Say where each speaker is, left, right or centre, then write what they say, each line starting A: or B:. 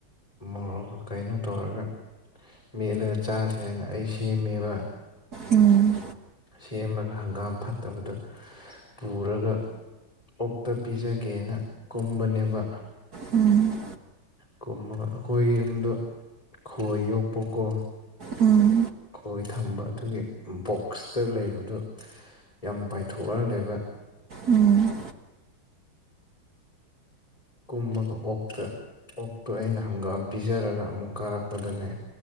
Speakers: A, on the left; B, on the right.
A: ꯃꯣꯔꯣꯛ ꯀꯩꯅꯣ ꯇꯧꯔꯒ ꯃꯦꯠꯂꯒ ꯆꯥꯁꯦ ꯍꯥꯏꯅ ꯑꯩ ꯁꯦꯝꯃꯦꯕ
B: ꯎꯝ
A: ꯁꯦꯝꯃꯥꯒ ꯍꯪꯒꯥꯝ ꯐꯠꯇꯕꯗꯨ ꯄꯨꯔꯒ ꯑꯣꯛꯇ ꯄꯤꯖꯒꯦꯅ ꯀꯨꯝꯕꯅꯦꯕ
B: ꯎꯝ
A: ꯀꯨꯝꯃꯒ ꯑꯩꯈꯣꯏ ꯌꯨꯝꯗꯣ ꯈꯣꯏ ꯌꯣꯛꯄꯀꯣ
B: ꯎꯝ
A: ꯈꯣꯏ ꯊꯝꯕ ꯑꯗꯨꯒꯤ ꯕꯣꯛꯁꯇ ꯂꯩꯕꯗꯨ ꯌꯥꯝ ꯄꯥꯏꯊꯣꯛꯑꯥ ꯂꯩꯕ
B: ꯎꯝ
A: ꯀꯨꯝꯃꯒ ꯑꯣꯛꯇ ꯑꯣꯛꯇꯣ ꯑꯩꯅ ꯍꯪꯒꯥꯝ ꯄꯤꯖꯔꯒ ꯑꯃꯨꯛ ꯀꯥꯔꯛꯄꯗꯅꯦ